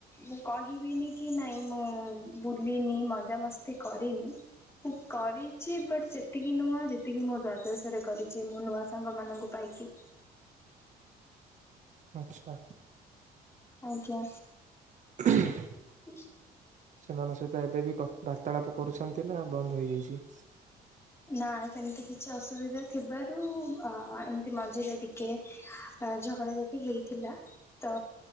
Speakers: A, on the left; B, on the right.
A: ମୁଁ କହିବିନି କି ନାଇଁ ମୁଁ ବୁଲିିନି ମଜାମସ୍ତି ସେ କରିନି। ମୁଁ କରିଛି ବଟ୍ ସେତିକି ନୁହ ଯେତିକି ମୋ ଦ୍ଵାଦଶରେ କରିଛି। ମୁଁ ନୂଆ ସାଙ୍ଗ ମାନଙ୍କୁ ପାଇକି
B: ଆଛା।
A: ଆଜ୍ଞା।
B: <unintelligible>
A: <unintelligible>
B: ସେମାନଙ୍କ ସହିତ ଏବେ ବି କଥ୍ ବାର୍ତ୍ତାଳାପ କରୁଛନ୍ତି ନା ବନ୍ଦ ହୋଇଯାଇଛି?
A: ନା ସେମିତି କିଛି ଅସୁବିଧା ଥିବାରୁ ଆ ଏମିତି ମଝିରେ ଟିକେ ଝଗଡ଼ାଝାଟି ହେଇଥିଲା। ତ